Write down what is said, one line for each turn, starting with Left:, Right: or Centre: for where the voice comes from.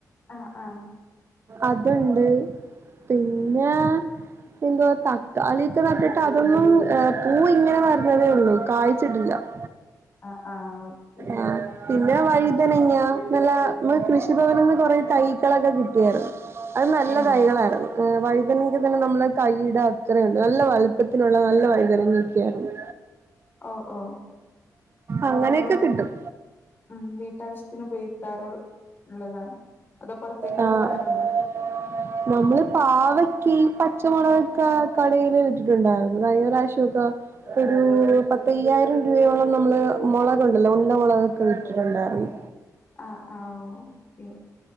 Left: ആഹ് ആഹ്.
Right: അതുണ്ട് പിന്നെ എന്തോ തക്കാളിക്ക് നട്ടിട്ട് അതൊന്നും പൂവിങ്ങനെ വരുന്നതേ ഉള്ളൂ, കായ്ച്ചിട്ടില്ല. <inaudible>
Left: ആഹ് ആഹ് ഓക്കെ
Right: ആഹ് പിന്നെ വഴുതനങ്ങ്യ നല്ല മ്മ കൃഷിഭവനന്ന് കൊറെ തൈകളൊക്കെ കിട്ടി പിർ അത് നല്ല
Left: ഏഹ്
Right: തൈകളായിരുന്നു വൈതനങ്ക തന്നെ നമ്മളെ കൈയിടെ അത്ര ഉള്ളു നല്ല വലുപ്പത്തിനുള്ള നല്ല വൈതനങ്ങ ഒക്കെ ആയിരുന്നു.
Left: ഓ ഓ അപ്പൊ
Right: അങ്ങനെയൊക്കെ
Left: നിങ്ങള്
Right: കിട്ടും
Left: ഉം വീട്ടാവശ്യത്തിൻ ഉപയോഗിക്കാറ് ഉള്ളതാണ് അതോ പുറത്തേക്ക്
Right: ആഹ്
Left: വിൽക്കാറുണ്ടോ?
Right: <inaudible> നമ്മള് പാവക്കി പച്ചമുളകൊക്കെ കടയില് വിറ്റിട്ടുണ്ടായിരുന്നു കഴിഞ്ഞ പ്രാവശ്യ ഒക്ക ഒരു പത്തയ്യായിരം രൂപയോളം നമ്മള് മുളകുണ്ടല്ലോ ഉണ്ട മുളകൊക്കെ വിറ്റിട്ടുണ്ടായിരുന്നു.
Left: ആഹ് ആഹ് ഓക്കെ